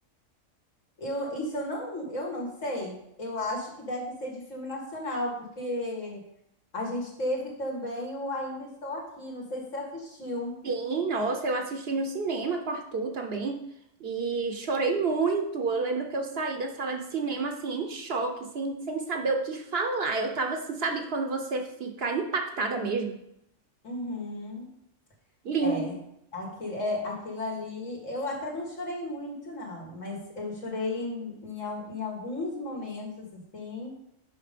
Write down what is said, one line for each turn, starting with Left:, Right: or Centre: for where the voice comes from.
Left: Eu, isso eu não, eu não sei. Eu acho que deve ser de filme nacional, porque a gente teve também o Ainda Estou Aqui. Não sei se você assistiu.
Right: Sim, nossa, eu assisti no cinema com o Arthur também e chorei muito. Eu lembro que eu saí da sala de cinema assim em choque, sem, sem saber o que falar. Eu tava assim, sabe quando você fica impactada mesmo?
Left: Uhum.
Right: Lindo.
Left: É, aquilo, é, aquilo ali. Eu até não chorei muito, não, mas eu chorei em, em, al- em alguns momentos, assim.